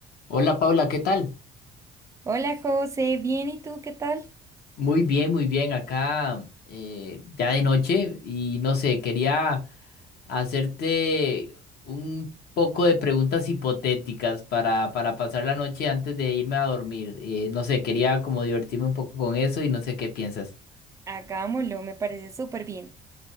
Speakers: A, on the left; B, on the right.
A: Hola Paula, ¿qué tal?
B: Hola José, bien, ¿y tú qué tal?
A: Muy bien, muy bien. Acá eh, ya de noche y no sé, quería hacerte un poco de preguntas hipotéticas para, para pasar la noche antes de irme a dormir. Eh, no sé, quería como divertirme un poco con eso y no sé qué piensas.
B: Hagámoslo, me parece súper bien.